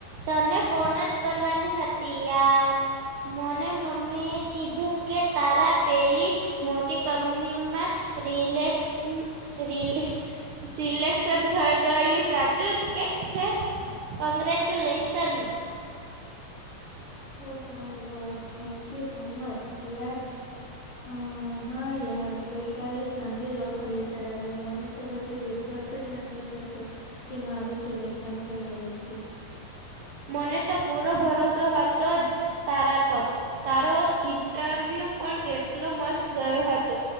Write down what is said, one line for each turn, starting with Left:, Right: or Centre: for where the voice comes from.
Right: તને ફોન જ કરવાની હતી યાર. મને મમ્મી એ કીધું કે તારા પેલી. મોટી કંપનીમાં રલેસ ર. સિલેક્શન થઈ ગયું સાચું કે છે અંગ્રેજ. ચુ lesson
Left: oh! My god thank you so much યાર. અ હા યાર ગઈકાલે સાંજે જ ઓફર લેટર આવ્યો મને. તો હજુ વિશ્વાસ જ નથી થતો કે મારું સિલેક્શન થઈ ગયું છે.
Right: મને તો પૂરો ભરોસો હતો જ. તારા પર. તારો ઇન્ટરવ્યુ પણ કેટલો મસ્ત ગયો હતો.